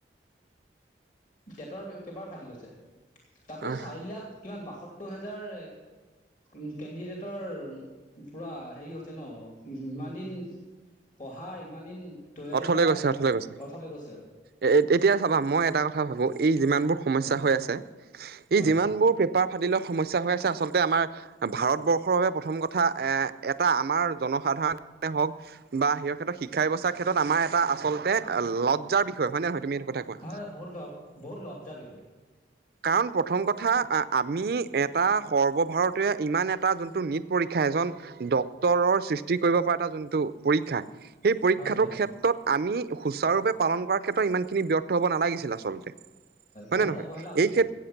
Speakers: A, on the left (about 45°); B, on the right (about 55°).
A: টেটৰ, পেপাৰ ফাদিল লৈছে, তাতো
B: হয়
A: চাৰি
B: হয়
A: লাখ কিমান বাসত্তৰ হেজাৰ উম, কেণ্ডিডেটৰ পোৰা হেৰি হৈছে ন', ইমান দিন পঢ়া, ইমান দিন তৈয়াৰী
B: অথলে
A: কৰা
B: গৈছে অথলে গৈছে
A: অথলে গৈছে
B: এ', এতিয়া চাবা, মই এটা কথা ভাবো, এই যিমানবোৰ সমস্যা
A: হয়
B: হৈ আছে, এই
A: হয়
B: যিমানবোৰ পেপাৰ ফাদিলৰ সমস্যা হৈ আছে, আচলতে আমাৰ ভাৰতবৰ্ষৰ বাবে প্ৰথম কথা, এ', এটা আমাৰ জনসাধাৰণে হওক বা হেৰিয়ৰ ক্ষেত্ৰত শিক শিক্ষা ব্যৱস্থাৰ ক্ষেত্ৰত, আমাৰ এটা আচলতে লজ্জাৰ বিষয়, হয় নে নহয়? তুমি এইটো কথা কোৱা
A: হয়, বহুত ল, বহুত লজ্জাৰ বিষয়।
B: কাৰণ, প্ৰথম কথা, আমি এটা সৰ্বভাৰতীয় ইমান এটা যোনটো নিট পৰীক্ষা, এজন ডক্তৰৰ সৃষ্টি কৰিব পৰা এটা যোনটো পৰীক্ষা, সেই পৰীক্ষাটোৰ
A: হয় হয়
B: ক্ষেত তত, আমি সুচাৰুৰূপে পালন কৰাৰ ক্ষেত্ৰত, ইমান খিনি ব্যৰ্থ হ'ব নালাগিছিল, আচলতে। হয়
A: বহুত
B: নে নহয়?
A: অৱহেলা হৈছে
B: এই ক্ষেত